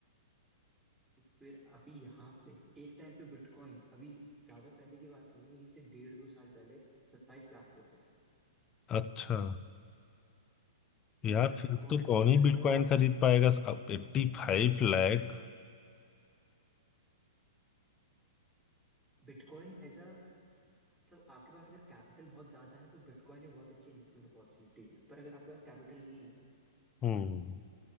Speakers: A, in the centre; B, on the left.
A: फिर अभी यहाँ से एक टाइम पे बिटकॉइन अभी ज्यादा पहले की बात नहीं है यहीं से डेढ़ दो साल पहले सत्ताईस लाख पे था
B: अच्छा यार
A: तो बिटकॉइन
B: फिर तो कौन
A: एक
B: ही
A: ऐसा
B: बिटकॉइन खरीद पाएगा अब एट्टी फाइव लाख
A: बिटकॉइन एज अ मतलब आपके पास अगर कैपिटल बहुत ज्यादा है तो बिटकॉइन एक बहुत अच्छी इन्वेस्टमेंट अपॉर्चुनिटी है पर अगर आपके पास कैपिटल नहीं है
B: हम्म